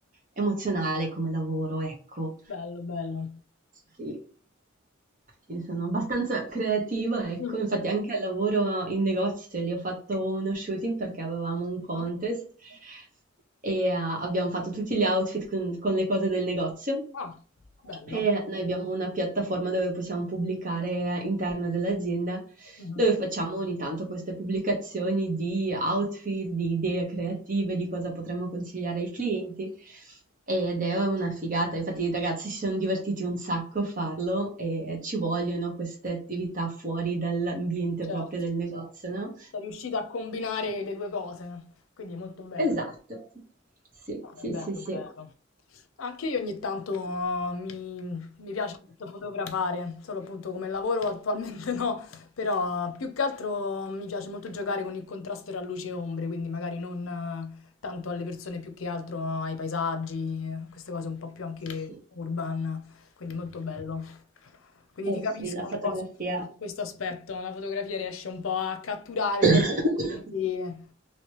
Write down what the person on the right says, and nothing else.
emozionale come lavoro, ecco.
Sì. Sì, sono abbastanza creativa, ecco,
infatti anche al lavoro in negozio lì ho fatto uno shooting perché avevamo un
contest e eh, abbiamo fatto tutti gli outfit con, con le cose del negozio
e noi abbiamo una piattaforma dove possiamo pubblicare all'interno dell'azienda
dove facciamo ogni tanto queste pubblicazioni di outfit, di idee creative, di cosa potremmo consigliare ai clienti. Ed è una figata, infatti i ragazzi si sono divertiti un sacco a farlo e ci vogliono queste attività fuori dall'ambiente
proprio del negozio, no?
Esatto,
sì,
sì,
sì, sì.
Sì,
eh
sì,
la fotografia.
<coughs>